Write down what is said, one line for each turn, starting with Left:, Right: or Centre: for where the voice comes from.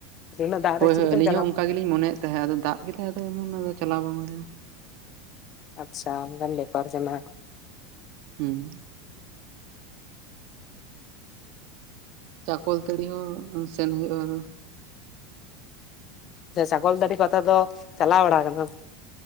Left: ᱩᱱᱟᱹᱜ ᱫᱟᱜ
Right: ᱦᱳᱭ
Left: ᱨᱮ ᱪᱤᱠᱟᱹᱛᱮᱢ
Right: ᱦᱳᱭ ᱟᱞᱤᱧ
Left: ᱪᱟᱞᱟᱜᱼᱟ
Right: ᱦᱚᱸ ᱚᱱᱠᱟ ᱜᱮᱞᱤᱧ ᱢᱚᱱᱭᱮᱫ ᱛᱟᱦᱮᱸᱫ ᱟᱫᱚ ᱫᱟᱜ ᱠᱮᱫᱟᱭ ᱟᱫᱚ ᱮᱢᱚᱱ ᱟᱫᱚ ᱪᱟᱞᱟᱣ ᱵᱟᱝ ᱦᱳᱭ ᱞᱮᱱᱟ,
Left: ᱟᱪᱪᱷᱟ ᱚᱱᱠᱟᱱ ᱵᱮᱯᱟᱨ ᱠᱟᱱᱟ,
Right: ᱦᱩᱸ ᱪᱟᱠᱚᱞ ᱛᱟᱹᱲᱤ ᱦᱚᱸ ᱥᱮᱱ ᱦᱳᱭᱳᱜᱼᱟ ᱟᱫᱚ,
Left: ᱟᱪᱪᱷᱟ, ᱪᱟᱠᱚᱞ ᱛᱟᱹᱲᱤ ᱯᱟᱛᱟ ᱫᱚ ᱪᱟᱞᱟᱣ ᱵᱟᱲᱟ ᱠᱟᱱᱟᱢ